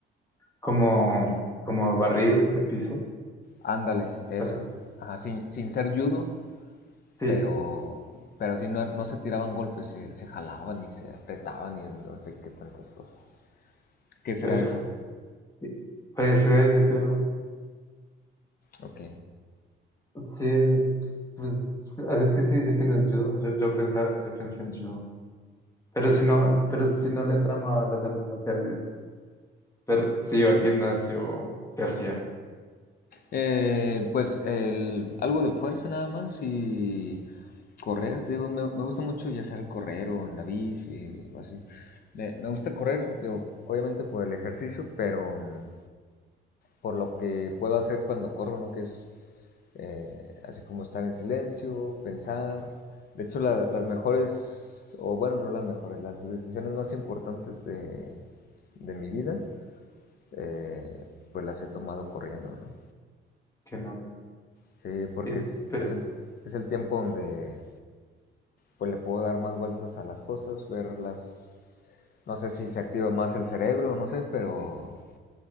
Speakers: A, on the left; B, on the left.
A: como, como barridos de piso.
B: Ándale, eso.
A: A ver,
B: Ajá, sin, sin ser judo,
A: Sí,
B: pero, pero sí no, no se tiraban golpes, se, se jalaban y se apretaban y no sé qué tantas cosas. ¿Qué será
A: pero-
B: eso?
A: sí, puede ser, yo creo.
B: Ok.
A: Sí, pues, así es que sí dice que no es judo, yo, yo, pensaba, yo pensé en judo. Pero si no, pero si no le tramaba las artes marciales, pero sí iba al gimnasio, ¿qué hacía?
B: Eh, pues el- algo de fuerza nada más y correr. Te digo, me, me gusta mucho ya sea correr o en la bici o así. Me, me gusta correr, digo, obviamente por el ejercicio, pero... mm, por lo que puedo hacer cuando corro, ¿no? Que es eh, así como estar en silencio, pensar. De hecho, la- las mejores, o bueno, no las mejores, las decisiones más importantes de, de mi vida, eh, pues las he tomado corriendo, ¿no?
A: ¿Qué nota?
B: Sí, porque
A: Y,
B: es,
A: pero,
B: es el, es el tiempo donde pues le puedo dar más vueltas a las cosas, verlas, no sé si se activa más el cerebro, no sé, pero